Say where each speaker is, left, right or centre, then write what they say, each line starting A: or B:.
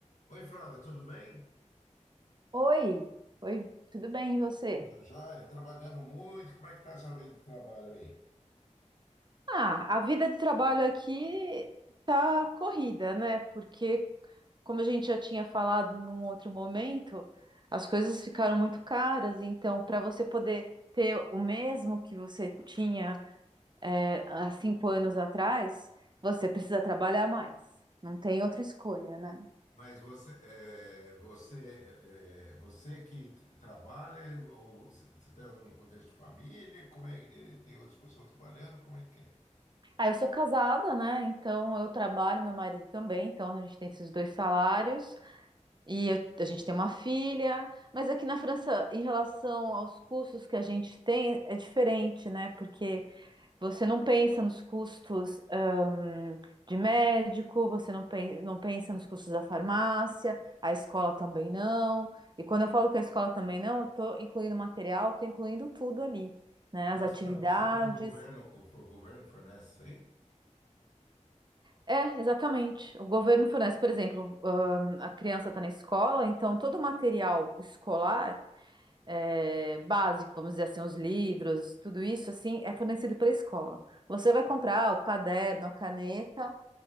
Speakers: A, on the left (about 80°); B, on the right (about 35°).
A: Oi, Flávia, tudo bem?
B: Oi, oi, tudo bem, e você?
A: Tudo jóia? Trabalhando muito. Como é que tá essa vida de trabalho aí?
B: Ah, a vida de trabalho aqui tá corrida, né? Porque, como a gente já tinha falado num outro momento, as coisas ficaram muito caras. Então, para você poder ter o mesmo que você tinha, eh, há cinco anos atrás, você precisa trabalhar mais. Não tem outra escolha, né?
A: Mas você, é, você, é, você que t- trabalha ou você está num contexto de família? Como é, é, tem outras pessoas trabalhando? Como é que é?
B: Ah, eu sou casada, né? Então eu trabalho, meu marido também, então a gente tem esses dois salários. E eu- a gente tem uma filha, mas aqui na França, em relação aos custos que a gente tem, é diferente, né? Porque você não pensa nos custos, ãh, de médico, você não, pen- não pensa nos custos da farmácia, a escola também não. E quando eu falo que a escola também não, eu tô incluindo material, tô incluindo tudo ali, né? As
A: Ah,
B: atividades.
A: você estava dizendo que o governo, o for, o governo fornece isso aí?
B: É, exatamente. O governo fornece, por exemplo, ãh, a criança está na escola, então todo o material escolar é, básico, vamos dizer assim, os livros, tudo isso assim é fornecido pela escola. Você vai comprar o caderno, a caneta,